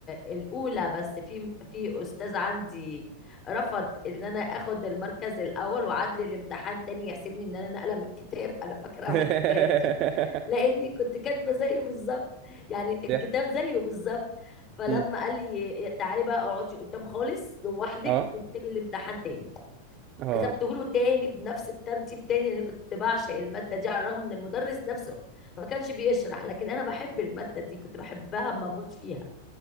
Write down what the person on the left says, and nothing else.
الاولى بس في في استاذ عندي رفض ان انا اخد المركز الاول وعاد لي الامتحان تاني يحسبني ان انا نقله من الكتاب <laughs> انا فاكره اول
الحكايه دي لاني كنت كاتبه زيه بالظبط يعني الكتاب
زيه بالظبط فلما
قال لي تعالي بقى اقعدي قدام خالص لوحدك
واكتبي الامتحان تاني
كتبته له تاني بنفس الترتيب تاني لان كنت بعشق الماده دي على الرغم ان المدرس نفسه ما كانش بيشرح لكن انا بحب الماده دي كنت بحبها ما بموت فيها